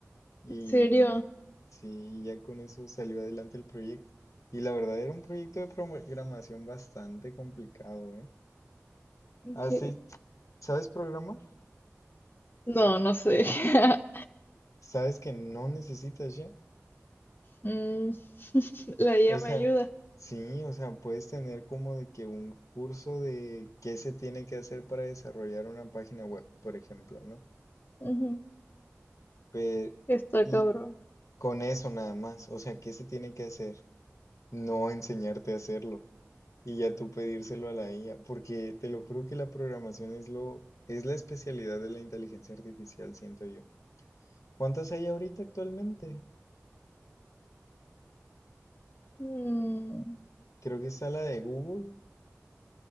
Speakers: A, on the left; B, on the left.
A: y
B: serio?
A: sí, ya con eso salió adelante el proyecto. Y la verdad era un proyecto de programación bastante complicado, ¿eh?
B: Ok.
A: Así, ¿sabes programar?
B: No, no sé. <laughs>
A: ¿Sabes que no necesitas ya?
B: Mm, la IA
A: O sea,
B: me ayuda.
A: sí, o sea, puedes tener como de que un curso de qué se tiene que hacer para desarrollar una página web, por ejemplo, ¿no?
B: Ujú,
A: Pero,
B: Está
A: y
B: cabrón.
A: con eso nada más, o sea, ¿qué se tiene que hacer? No enseñarte a hacerlo y ya tú pedírselo a la IA, porque te lo juro que la programación es lo, es la especialidad de la inteligencia artificial, siento yo. ¿Cuántas hay ahorita actualmente?
B: Mm,
A: Creo que está la de Google,